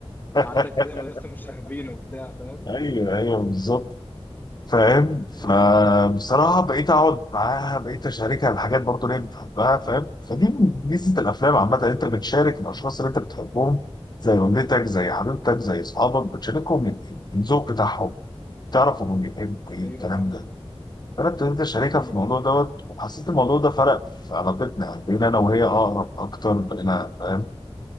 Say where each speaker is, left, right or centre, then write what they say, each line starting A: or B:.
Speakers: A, on the left; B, on the left.
A: عندك
B: <laughs>
A: زي مدرسه مشاغبين وبتاع فاهم
B: ايوه ايوه بالظبط فاهم فبصراحة
A: اه
B: بقيت أقعد معاها بقيت أشاركها الحاجات برضو اللي هي بتحبها فاهم فدي ميزة الأفلام
A: مم.
B: عامة إن أنت بتشارك الأشخاص اللي أنت بتحبهم زي والدتك زي حبيبتك زي أصحابك بتشاركهم ال- الذوق بتاعهم تعرف هم بيحبوا إيه
A: ايوه
B: الكلام
A: فاهمك
B: ده فأنا ابتديت أشاركها
A: مم.
B: في الموضوع دوت وحسيت الموضوع ده فرق في علاقتنا يعني بقينا أنا وهي أقرب أكتر بقينا فاهم